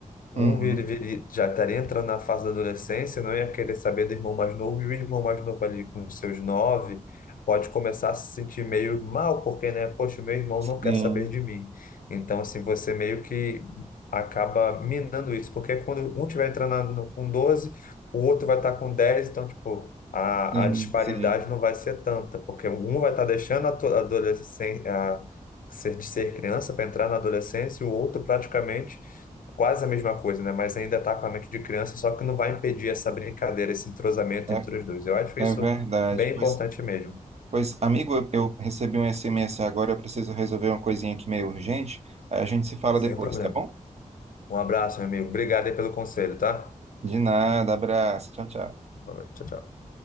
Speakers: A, on the left; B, on the right.
A: Um
B: Uhum.
A: vir- vir- já estaria entrando na fase da adolescência, não ia querer saber do irmão mais novo, e o irmão mais novo ali com os seus nove pode começar a se sentir meio mal, porque, né, poxa, o meu irmão
B: Sim,
A: não quer saber de mim. Então, assim, você meio que acaba minando isso, porque quando um tiver entrando na- no- com doze o outro vai estar com dez então, tipo, a,
B: sim,
A: a disparidade
B: sim.
A: não vai ser tanta, porque um vai estar deixando a adolescência, ser, de ser criança para entrar na adolescência, e o outro praticamente quase a mesma coisa, né? Mas ainda está com a mente de criança, só que não vai impedir essa brincadeira, esse entrosamento
B: É,
A: entre os dois. Eu acho
B: é
A: isso
B: verdade.
A: bem
B: Pois,
A: importante mesmo,
B: pois, amigo, eu, eu recebi um SMS agora, eu preciso resolver uma coisinha aqui meio urgente. A gente se fala
A: sem
B: depois,
A: problema.
B: tá bom?
A: Um abraço, meu amigo. Obrigado aí pelo conselho, tá?
B: De nada, abraço. Tchau, tchau.
A: Um abraço, Tchau, tchau.